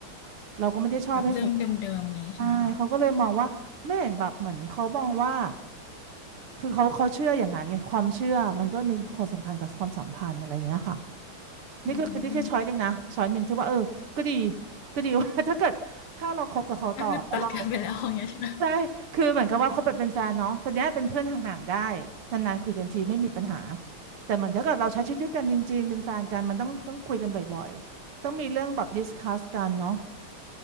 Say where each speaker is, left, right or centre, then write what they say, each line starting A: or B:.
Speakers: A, on the right; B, on the left.
A: เราก็ไม่ได้ชอบให้ใคร
B: แบบเรื่องเดิมๆนี้ใช่ไหมคะ
A: ใช่เขาก็เลยมองว่าไม่เห็นแบบเหมือนเขามองว่า คือเขาเขาเชื่ออย่างนั้นไงความเชื่อมันก็มีความสำคัญกับความสัมพันธ์อะไรอย่างเงี้ยค่ะ
B: อืม
A: นี่คือนี่คือช้อยหนึ่งนะช้อยหนึ่งที่ว่าเออก็ดีก็ดี <laughs> ว่า <laughs> ถ้าเกิดถ้าเราคบกับเขาต่อแล้วเรา
B: ก็คือตัดกันไปแล้วอย่างเงี้ยใช่ไหม
A: ใช่คือเหมือนกับว่าคบแบบเป็นแฟนเนาะแต่เนี้ยเป็นเพื่อนห่างๆได้นานๆคุยกันทีไม่มีปัญหาแต่เหมือนถ้าเกิดเราใช้ชีวิตด้วยกันจริงๆเป็นแฟนกันมันต้องต้องคุยกันบ่อยๆต้องมีเรื่องแบบดิสคัสกันเนาะ